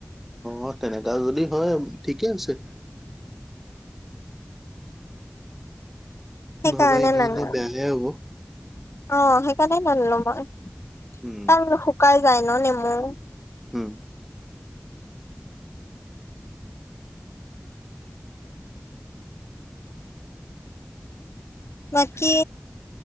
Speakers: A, in the centre; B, on the left.
A: অ তেনেকা যদি হয় ঠিকে আছে।
B: সেই
A: নহবা
B: কাৰণে
A: এনেই
B: ন
A: এনেই
B: <unintelligible>
A: বেয়াহে হ'ব
B: অ', সেইকাৰণে নানিলো মই। তান
A: উম
B: শুকাই যাই ন নেমু।
A: হুম।
B: বাকী